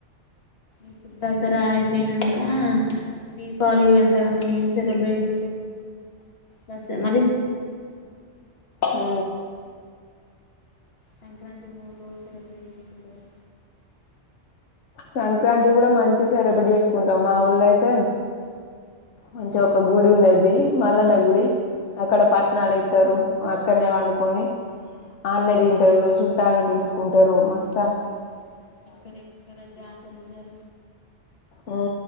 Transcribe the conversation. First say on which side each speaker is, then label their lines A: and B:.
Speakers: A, on the left (about 55°); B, on the left (about 75°).
A: ఇప్పుడు దసరా అయిపోయినాక దీపావళి ఎంతగానో నేం సెలబ్రేట్ దస్ మళ్ళి సంక్రాంతి
B: ఉ
A: సంక్రాంతి మూడు రోజు సెలెబ్రేట్ చేసుకుంటారు
B: సంక్రాంతి కూడా మంచిగా సెలబ్రేట్ చేసుకుంటం మా ఊళ్ళ అయితే మంచిగా ఒక బూడి ఉన్నది మల్లనా గుడి అక్కడ పట్ణాలు యితారు అక్కనే పండుకొని అనే తింటారు చుట్టాలని పిలుచుకుంటారు చానిపితాయి
A: <inaudible> ఇత్రలు జరుగుతాయి
B: ఉ